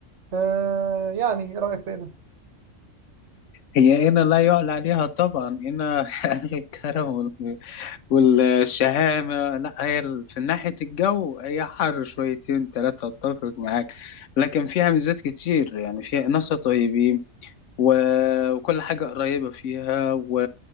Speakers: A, on the right; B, on the left.
A: آه، يعني إيه رأيك في
B: هي هنا لا يعلى عليها طبعا هنا <laughs> أهل الكرم وال- والشهامة لا هي ال- في ناحية الجو هي حر شويتين تلاتة اتفق معاك لكن فيها ميزات كتير يعني فيها ناسها طيبين و- وكل حاجة قريبة فيها و...